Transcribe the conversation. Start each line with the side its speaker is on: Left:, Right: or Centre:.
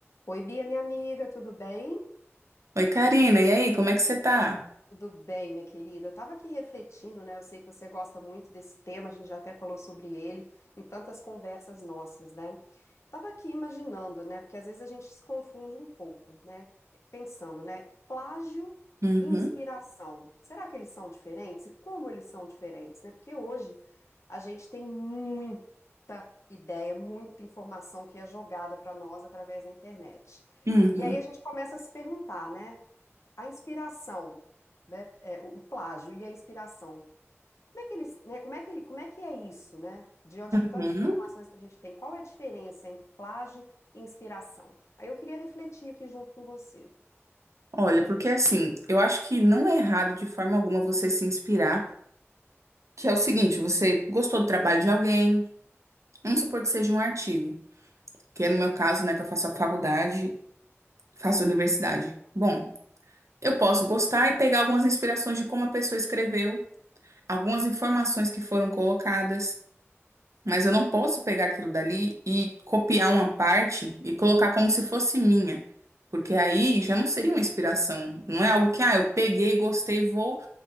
Left: Oi, Bia, minha amiga, tudo bem?
Right: Oi, Karina, e aí, como é que você tá?
Left: Tudo bem, minha querida. Eu tava aqui refletindo, né? Eu sei que você gosta muito desse tema, a gente já até falou sobre ele em tantas conversas nossas, né? Tava aqui imaginando, né? Porque às vezes a gente se confunde um pouco, né? Pensando, né? Plágio
Right: Uhum,
Left: e inspiração. Será que eles são diferentes? E como eles são diferentes, né? Porque hoje a gente tem muita ideia, muita informação que é jogada para nós através da internet.
Right: uhum,
Left: E aí a gente começa a se perguntar, né? a inspiração, né, é, o o plágio e a inspiração. Como é que eles, né, como é que, ele- como é que é isso, né? Diante de tantas
Right: uhum.
Left: informações que a gente tem, qual é a diferença entre plágio e inspiração? Aí eu queria refletir aqui junto com você.
Right: Olha, porque assim, eu acho que não é errado de forma alguma você se inspirar, que é o seguinte, você gostou do trabalho de alguém, vamos supor que seja um artigo, que é no meu caso, né, que eu faço a faculdade, faço a universidade. Bom, eu posso gostar e pegar algumas inspirações de como a pessoa escreveu, algumas informações que foram colocadas. Mas eu não posso pegar aquilo dali e copiar uma parte e colocar como se fosse minha. Porque aí já não seria uma inspiração. Não é algo que, ah, eu peguei, gostei, vou